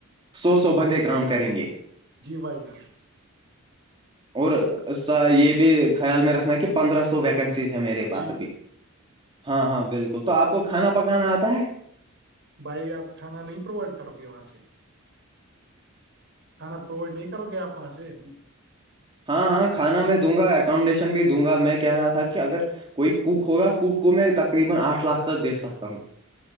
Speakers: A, on the right; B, on the right.
A: سو سو بندے کام کریں گے
B: جی بھائی جان
A: اور یہ بھی خیال میں رکھنا کہ پندرہ سو و کنز ہے میرے پاس
B: جی
A: ابھی ہاں ہاں بالکل تو آپ کو کھانا پکانا آتا ہے
B: بھائی آپ کھانا نہیں پرووائڈ کرو گے وہاں سے کھانا پرووائڈ نہیں کرو گے آپس سے
A: ہاں ہاں کھانا میں دوں گا اکمیڈیشن بھی دوں گا میں کہہ رہا تھا کہ اگر کوئی کوک ہوگا کوک کو میں تقریبا آٹھ لاکھ تک دیکھ سکتا ہوں